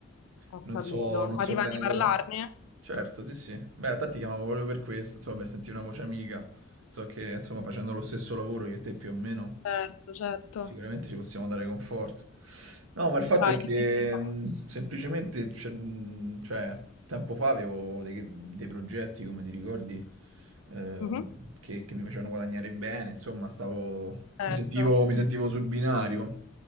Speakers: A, on the left; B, on the right.
A: Ho
B: non
A: capito.
B: so, non
A: Ma
B: so
A: ti va
B: bene
A: di parlarne?
B: dove... Certo, sì, sì. Beh, in realtà ti chiamavo proprio per questo, insomma, per sentire una voce amica. So che, insomma, facendo lo stesso lavoro io e te più o meno,
A: Certo, certo.
B: sicuramente ci possiamo dare conforto. No, ma il fatto
A: Vai,
B: è che
A: dimmi tutto.
B: mh, semplicemente, cioè, mh, cioè, tempo fa avevo dei, dei progetti, come ti ricordi, ehm,
A: Mhm,
B: che, che mi facevano guadagnare bene, insomma, stavo,
A: certo.
B: mi sentivo, mi sentivo sul binario